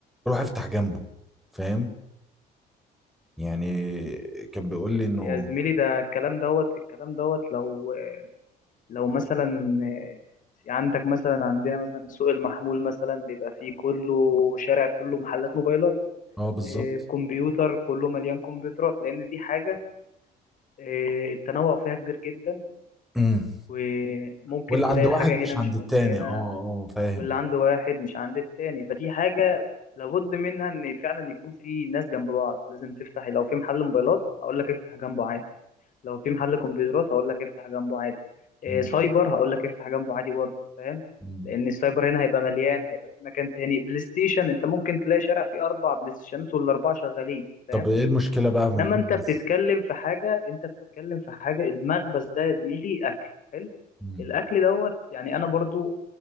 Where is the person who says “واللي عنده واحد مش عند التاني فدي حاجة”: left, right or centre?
Left